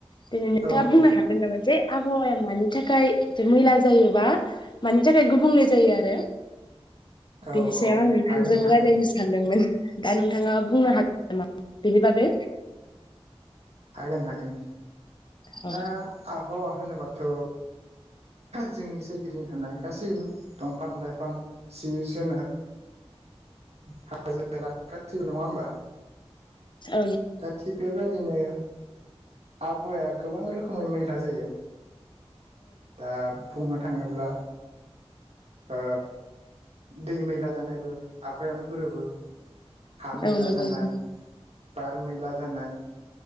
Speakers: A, on the left; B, on the right.
A: दिनै नोंथाङा
B: औ
A: बुंनो
B: औ
A: हागोन नामा जे आबहावाया मानि थाखाय मैला जायोबा मानि थाखाय गुबुंले जायो आरो
B: औ
A: बिनि सायाव
B: औ
A: आं नोंथांजों
B: हागोन हागोन
A: रायलायनो सानदोंमोन दा नोंथाङा बुंनो हागोन नामा बेनि बागै
B: हागोन हागोन
A: औ
B: दा आबहावा होनोबाथ' जोंनि सोरगिदिं थानाय गासैबो दंफां लाइफां जिब जुनार हाजो हाला गासैबो नङा होमबा
A: औ
B: दा थिग बेबायदिनो आबहावाया गोबां रोखोमै मैला जायो दा बुंनो थां थाङोब्ला ओ दै मैला जानायबो आबहावानो गोरोबो हा मैला
A: औ नंगौ
B: जानाय
A: नंगौ।
B: बार मैला जानाय